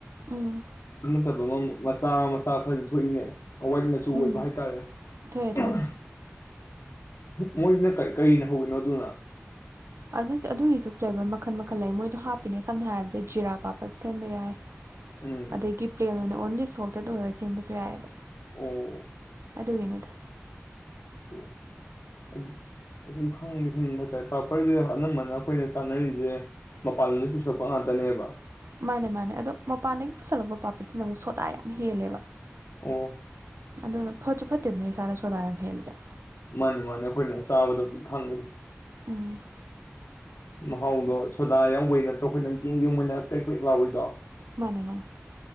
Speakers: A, on the right; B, on the left.
A: ꯎꯝ
B: ꯐꯠꯇꯕ ꯑꯃ ꯃꯆꯥ ꯃꯆꯥ ꯈꯖꯨ ꯇꯣꯛꯏꯅꯦ ꯋꯥꯏꯠ ꯃꯆꯨ ꯑꯣꯏꯕ
A: ꯎꯝ
B: ꯍꯥꯏꯇꯥꯔꯦ
A: ꯊꯣꯛꯑꯦ
B: <unintelligible>
A: ꯊꯣꯛꯑꯦ
B: ꯃꯣꯏꯁꯤꯅ ꯀ ꯀꯩꯅ ꯍꯧꯋꯤꯅꯣ ꯑꯗꯨꯅ
A: ꯑꯗꯨ ꯑꯗꯨꯒꯤꯁꯨ ꯐ꯭ꯂꯦꯕꯔ ꯃꯈꯜ ꯃꯈꯜ ꯂꯩ ꯃꯣꯏꯗꯣ ꯍꯥꯞꯄꯤꯅꯦ ꯁꯝꯅ ꯍꯥꯏꯔꯕꯗ ꯖꯤꯔꯥ ꯄꯥꯄꯠ ꯁꯦꯝꯕ ꯌꯥꯏ
B: ꯎꯝ
A: ꯑꯗꯒꯤ ꯄ꯭ꯂꯦꯟ ꯑꯣꯏꯅ ꯑꯣꯟꯂꯤ ꯁꯣꯜꯇꯦꯠ ꯑꯣꯏꯔꯒ ꯁꯦꯝꯕꯁꯨ ꯌꯥꯏꯑꯕ
B: ꯑꯣ
A: ꯑꯗꯨꯒꯤꯅꯤꯗ
B: ꯑꯣ <unintelligible> ꯑꯁꯨꯝ ꯈꯪ ꯈꯪꯅꯤꯡꯕ ꯍꯥꯏꯇꯥꯔꯦ ꯄꯥꯄꯔꯁꯦ ꯑꯅꯝꯕꯅ ꯑꯩꯈꯣꯏꯅ ꯆꯥꯅꯔꯤꯁꯦ ꯃꯄꯥꯟ ꯂꯝꯗꯒꯤ ꯄꯨꯁꯜꯄ ꯉꯥꯛꯇꯅꯦꯕ
A: ꯃꯥꯅꯦ ꯃꯥꯅꯦ ꯑꯗꯣ ꯃꯄꯥꯟꯗꯒꯤ ꯄꯨꯁꯜꯂꯛꯄ ꯄꯥꯄꯠꯁꯤꯅꯃꯨꯛ ꯁꯣꯗꯥ ꯌꯥꯝ ꯍꯦꯜꯂꯦꯕ
B: ꯑꯣ
A: ꯑꯗꯨꯅ ꯐꯠꯁꯨ ꯐꯠꯇꯦꯗꯅꯦ ꯢꯁꯥꯗ ꯁꯣꯗꯥ ꯌꯥꯝ ꯍꯦꯜꯂꯗꯤ
B: ꯃꯥꯅꯤ ꯃꯥꯅꯤ ꯑꯩꯈꯣꯏꯅ ꯆꯥꯕꯗꯗꯤ ꯈꯪꯉꯤ
A: ꯎꯝ
B: ꯃꯍꯥꯎꯗꯣ ꯁꯣꯗꯥ ꯌꯥꯎꯕꯩ ꯅꯠꯇ꯭ꯔꯣ ꯑꯩꯈꯣꯏꯅ ꯒꯦꯝ ꯒꯦꯝ ꯃꯣꯏꯅ ꯄꯦꯛ ꯄꯦꯛ ꯂꯥꯎꯏꯗꯣ
A: ꯃꯥꯅꯦ ꯃꯥꯅꯦ